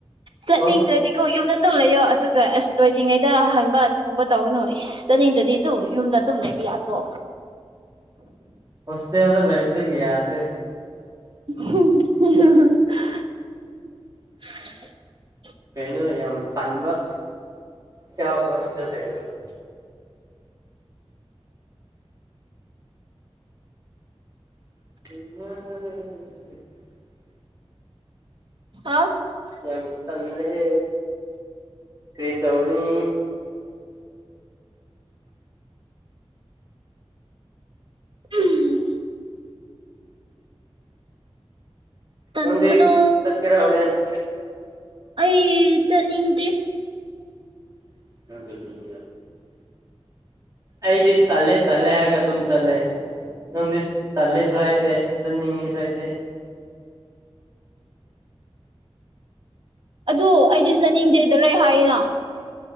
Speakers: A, on the right (about 55°); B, on the right (about 35°).
A: ꯆꯠꯅꯤꯡꯗ꯭ꯔꯗꯤꯀꯣ
B: ꯍꯣꯁ
A: ꯌꯨꯝꯗ ꯑꯗꯨꯝ ꯂꯩꯌꯣ ꯑꯗꯨꯒ ꯑꯁ ꯂꯣꯏꯗ꯭ꯔꯤꯉꯩꯗ ꯑꯍꯟꯕ ꯑꯗꯨꯒꯨꯝꯕ ꯇꯧꯒꯅꯨ ꯏꯁ ꯆꯠꯅꯤꯡꯗꯔꯗꯤ ꯗꯨ ꯌꯨꯝꯗ ꯑꯗꯨꯝ ꯂꯩꯕ ꯌꯥꯗ꯭ꯔꯣ
B: ꯍꯣꯁꯇꯦꯜꯗ ꯂꯩꯕꯗꯒꯤ ꯌꯥꯗ꯭ꯔꯦ
A: <unintelligible>
B: ꯀꯩꯅꯣ ꯌꯥꯝ ꯇꯟꯕ ꯌꯥꯎ ꯍꯣꯁꯇꯦꯜ ꯂꯩꯔꯒ <unintelligible>
A: ꯑꯥ
B: ꯌꯥꯝ ꯇꯜꯂꯦ ꯀꯔꯤ ꯇꯧꯅꯤ
A: ꯎꯝ ꯇꯟꯕꯗꯣ
B: ꯅꯪꯗꯤ ꯆꯠꯀꯦꯔ ꯍꯣꯔꯦꯟ
A: ꯑꯩ ꯆꯠꯅꯤꯡꯗꯦ
B: <unintelligible> ꯑꯩꯗꯤ ꯇꯜꯂꯦ ꯇꯜꯂꯦ ꯍꯥꯏꯒ ꯑꯗꯨꯝ ꯆꯠꯂꯦ ꯅꯪꯗꯤ ꯇꯜꯂꯦꯁꯨ ꯍꯥꯏꯗꯦ ꯆꯠꯅꯤꯡ ꯉꯦꯁꯨ ꯍꯥꯏꯗꯦ
A: ꯑꯗꯨ ꯑꯩꯗꯤ ꯆꯅꯤꯡꯗꯦꯗꯔꯦ ꯍꯥꯏꯌꯦꯅ